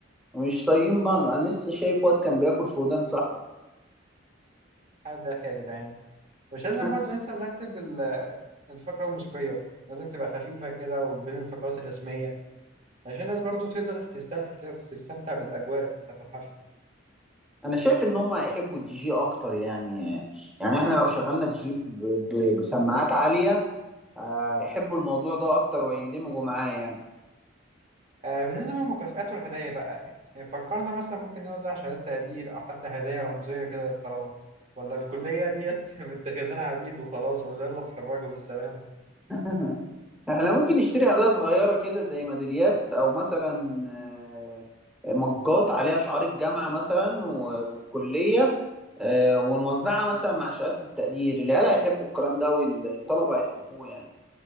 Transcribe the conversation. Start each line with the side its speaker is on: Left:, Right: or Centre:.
Centre: ومش طايقين بعض أنا لسه شايف واد كان بياكل في ودان صاحبه
Right: حد ضحك يا جدعان مش لازم
Centre: <laughs>
Right: برضو ننسى نرتب ال- الفقرة الموسيقية لازم تبقى خفيفة كده وبين الفقرات الرسمية عشان الناس برضو تقدر تسترخي كده وتستمتع بالأجواء بتاعة الحفل
Centre: أنا شايف إن هم هيحبوا الدي جي أكتر يعني يعني إحنا لو شغلنا دي جي ب- ب- بسماعات عالية آه، يحبوا الموضوع ده اكتر ويندمجوا معاه يعني
Right: آه، بالنسبة للمكافآت والهدايا بقى يعني فكرنا مثلا ممكن نوزع شهادات تقدير أو حتى هدايا رمزية كده للطلبة ولا الكلية ديت <laughs> متخذينها عبيد وخلاص ولا يلا اتخرجوا بالسلامة
Centre: <laughs> احنا ممكن نشتري هدايا صغيرة كده زي ميداليات او مثلا آه، مجات عليها شعار الجامعة مثلا و- والكلية آه، ونوزعها مثلا مع شهادة التقدير العيال هيحبوا الكلام ده والطلبة هيحبوه يعني